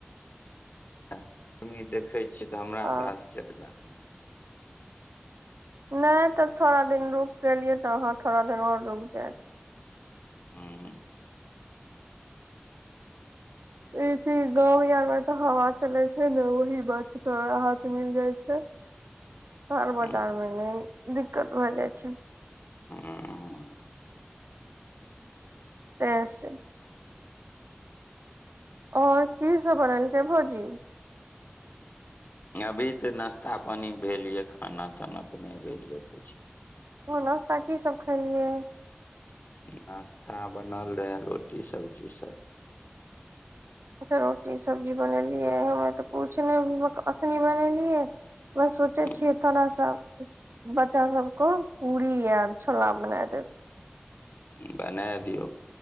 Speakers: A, on the left; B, on the right.
A: गर्मी देखै छियै तऽ हमरा
B: आ
A: तऽ आश्चर्य लागैये।
B: नहि तऽ थोड़ा दिन रुक गेलियै तऽ अहाँ थोड़ा दिन ओर रुक जायत।
A: हुं।
B: ई चिज गांव आर मे तऽ हवा चले छै ने ओहि बात राहत मिल जाय छै। शहर बाजार
A: हूं
B: मे नहि दिकत भए जाइ छै।
A: हं।
B: तें से। और की सब भ रहल छै भौजी।
A: अभी तऽ नाश्ता पानी भेल ये, खाना ताना तऽ नहि भेल ये कुछ।
B: ओ नाश्ता की सब खेलियै ये।
A: नाश्ता बनल रहय, रोटी सब्जी सब।
B: अच्छा रोटी सब्जी बनेलियै, हमे तऽ आय पुछ नाय बुरबक अखनी बनेलियै। बस सोचै
A: हूँ,
B: छीय थोरा सा बच्चा सब कऽ पूरी आ छोला बना देब।
A: बने दियौ,